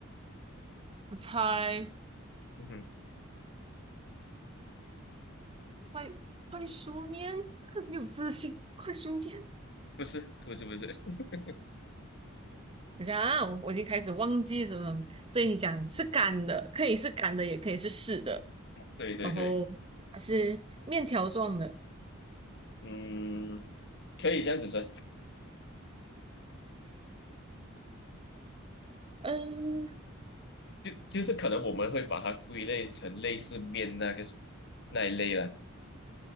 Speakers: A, on the right (about 25°); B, on the left (about 55°).
A: 我猜
B: 嗯哼，
A: 快快熟面，<laughs> 没有自信，快熟面，
B: 不是不是不是，<laughs>
A: 等一下啊，我我已经开始忘记什么，所以你讲是干的，可以是干的，也可以是湿的，
B: 对对对，
A: 然后还是面条状的，
B: 嗯，可以这样子说，
A: 嗯，
B: <laughs> 就就是可能我们会把它归类成类似面那个那一类了。